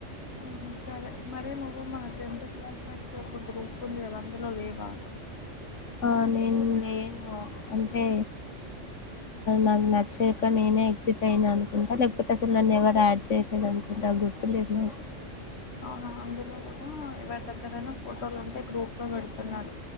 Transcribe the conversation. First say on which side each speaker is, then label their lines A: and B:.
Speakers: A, on the left (about 60°); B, on the left (about 75°).
A: మ్ సరే మరీ నువ్వు మన టెన్త్ క్లాస్మేట్స్ ఒక గ్రూప్ ఉంది కదా అందులో లేవా
B: ఆ నేను లేను అంటే నాకు నచ్చక నేనే ఎగ్జిట్ అయినా అనుకుంటా లేకపోతే అసలు నన్ను ఎవరు యాడ్ చేయలేదు అనుకుంటా గుర్తులేదు నాకు
A: అవునా అందులో కూడా ఎవరి దగ్గరైనా ఫోటోలు ఉంటే గ్రూప్లో పెడుతున్నారు